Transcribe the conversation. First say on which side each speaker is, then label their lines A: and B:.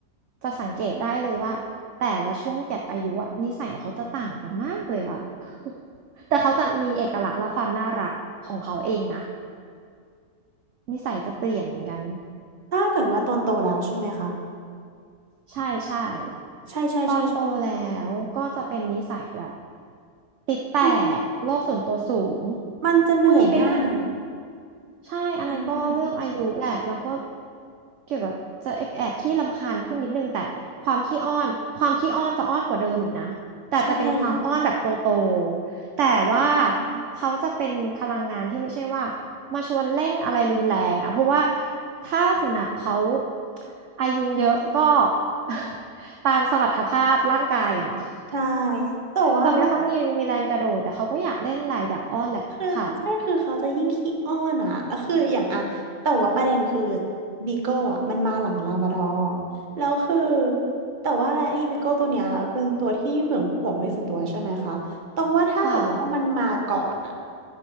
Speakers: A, on the right (about 60°); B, on the right (about 35°).
A: จะสังเกตได้เลยว่าแต่ละช่วงแก็ปอายุอะนิสัยเขาจะต่างกันมากเลยอะ <laughs> แต่เขาจะมีเอกลักษณ์และความน่ารักของเขาเองนะนิสัยจะเปลี่ยนเหมือนกัน
B: ถ้าเกิดว่าตอนโตแล้วใช่ไหมคะ
A: ใช่ใช่
B: ใช่ใช่ใช่ใช่ใช่
A: ตอนโตแล้วก็จะเป็นนิสัยแบบติดแตกโลกส่วนตัวสูง
B: มันมันจะเหนื่อยง่าย
A: บางทีไปนั่ง ใช่อันนั้นก็เรื่องอายุแหละแล้วก็
B: ง่าย
A: เกี่ยวกับจะแอบขี้รำคาญขึ้นนิดนึง แต่ความขี้อ้อน ความขี้อ้อนจะอ้อนกว่าเดิมอีกนะแต่จะเป็นความอ้อนแบบโตโต
B: ใช่
A: แต่ว่า
B: อืม
A: เขาจะเป็นพลังงานที่ไม่ใช่ว่ามาชวนเล่นอะไรรุนแรงอ่ะเพราะว่าถ้าสุนัขเขาอายุเยอะก็ <laughs> ตามสมรรถภาพร่างกายอะเนาะ
B: ใช่แต่ว่าแบบ
A: จะไม่ค่อยมีมีแรงกระโดดแต่เขาก็อยากเล่นแหละอยากอ้อนแหละค่ะ
B: คือใช่คือเขาจะยิ่งขี้อ้อนอ่ะแล้วคืออย่างอ่ะแต่ว่าประเด็นคือบีโก้อ่ะมันมาหลังลาบราดอร์แล้วคือแต่ว่าอะไรไอ้บีโก้ตัวเนี้ยเป็นตัวที่ห่วงห่วงที่สวนตัวใช่ไหมคะต้องว่าถ้าเกิดว่ามันมาก่อนอ่ะ
A: ค่ะ